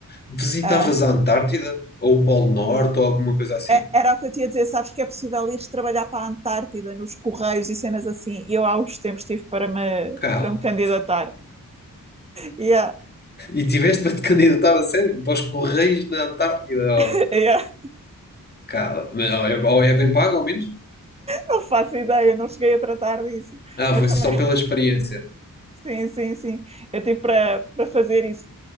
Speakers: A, on the left; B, on the right.
A: Visitavas
B: ah,
A: a Antártida? Ou o Polo Norte ou alguma coisa assim?
B: é- era o que eu tinha a dizer, sabes que é possível ir trabalhar para a Antártida nos Correios e cenas assim. E eu há uns tempos tive para me,
A: Cala.
B: para me candidatar. E há-
A: E tiveste para te candidatar a sério? Para os Correios na Antártida?
B: <laughs>
A: Ou... Cala. Mas Ou é, ou é bem pago, ao menos?
B: não faço ideia, não cheguei a tratar disso.
A: Ah,
B: Mas
A: foi
B: também,
A: só pela experiência.
B: <laughs> sim, sim, sim. Eu tive para, para fazer isso.